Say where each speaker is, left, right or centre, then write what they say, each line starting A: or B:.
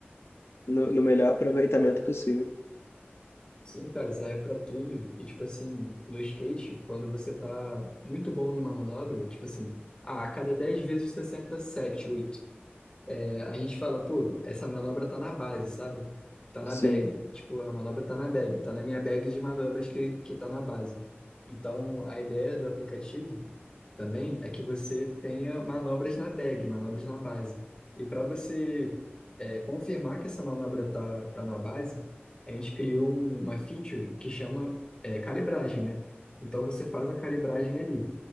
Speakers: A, on the left; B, on the left.
A: no, no melhor aproveitamento possível.
B: Sim, cara, serve para tudo. E, tipo assim, no skate, quando você tá muito bom em uma manobra, tipo assim, ah, a cada 10 vezes você acerta 7 oito A gente fala, pô, essa manobra tá na base, sabe? Tá
A: Sim.
B: na bag. Tipo, a manobra tá na bag, tá na minha bag de manobras que, que tá na base. Então, a ideia do aplicativo também é que você tenha manobras na bag, manobras na base. E para você é, confirmar que essa manobra tá, tá na base, a gente criou um- uma feature que chama é, calibragem, né? Então, você faz a calibragem ali.